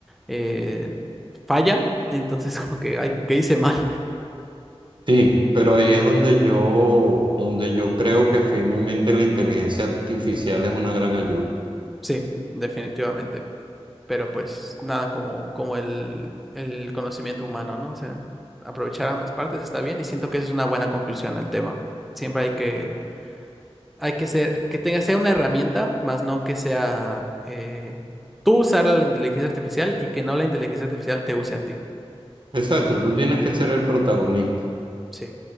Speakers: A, in the centre; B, on the right (about 50°).
A: eh, falla, entonces <laughs> como que, ay, ¿qué hice mal?
B: Sí, pero
A: Ajá.
B: ahí es donde yo donde yo creo que firmemente la inteligencia artificial es una gran ayuda.
A: Sí, definitivamente. pero pues nada como, como el, el conocimiento humano, ¿no? O sea, aprovechar ambas partes está bien y siento que esa es una buena conclusión al tema. Siempre hay que, hay que ser, que tenga, sea una herramienta, más no que sea eh, tú usar la inteligencia artificial y que no la inteligencia artificial te use a ti.
B: Exacto, tú tienes que ser el protagonista.
A: Sí,